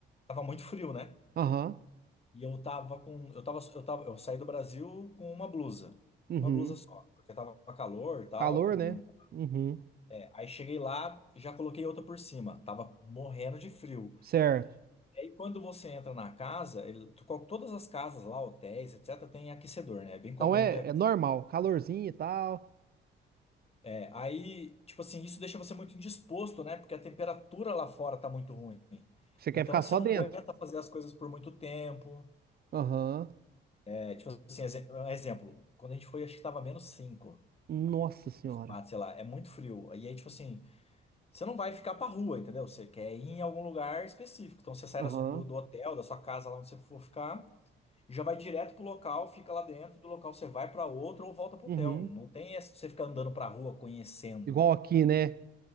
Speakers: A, on the left; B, on the right.
A: tava muito frio, né?
B: aham,
A: E eu tava com. Eu tava, eu tava, eu saí do Brasil com uma blusa.
B: uhum.
A: Uma blusa só. Porque tava calor e tal.
B: Calor,
A: não-
B: né?
A: não-
B: Uhum,
A: é, aí cheguei lá, já coloquei outra por cima. Tava morrendo de frio.
B: certo.
A: E aí quando você entra na casa, ele- to- qual- todas as casas lá, hotéis, etc., tem aquecedor, né? É bem
B: Então
A: comum
B: é,
A: ter aquecedor.
B: é normal, calorzinho e tal.
A: É, aí, tipo assim, isso deixa você muito indisposto, né? Porque a temperatura lá fora tá muito ruim.
B: Você quer
A: Então
B: ficar
A: você
B: só
A: não
B: dentro.
A: aguenta fazer as coisas por muito tempo.
B: Aham.
A: É, tipo assim, exe- um exemplo, quando a gente foi, acho que tava menos 5
B: Nossa senhora.
A: uns quatro, sei lá, é muito frio. E aí, tipo assim, você não vai ficar pra rua, entendeu? Você quer ir em algum lugar específico. Então você sai
B: Aham.
A: das- do, do hotel, da sua casa, lá onde você for ficar, já vai direto pro local, fica lá dentro, do local você vai pra outro ou volta pro
B: Uhum.
A: hotel. Não tem essa de você ficar andando pra rua conhecendo.
B: Igual aqui, né?